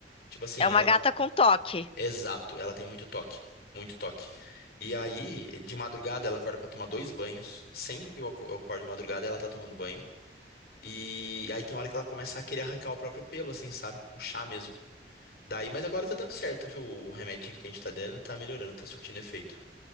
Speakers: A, on the left (about 60°); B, on the left (about 30°).
A: Tipo assim,
B: É uma
A: ela,
B: gata com toque.
A: exato, ela tem muito toque, muito toque. E aí, de madrugada, ela acorda pra tomar dois banhos. Sempre que eu aco- eu acordo de madrugada, ela tá tomando banho. E aí tem hora que ela começa a querer arrancar o próprio pelo, assim, sabe? Puxar mesmo. Daí, mas agora tá dando certo, viu? O remedinho que a gente tá dando tá melhorando, tá surtindo efeito.